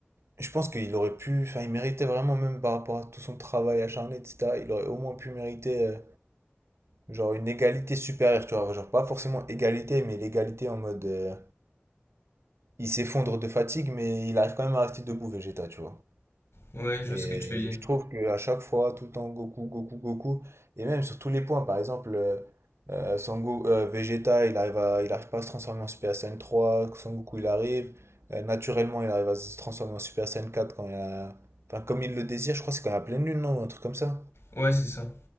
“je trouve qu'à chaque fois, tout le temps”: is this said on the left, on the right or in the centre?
Right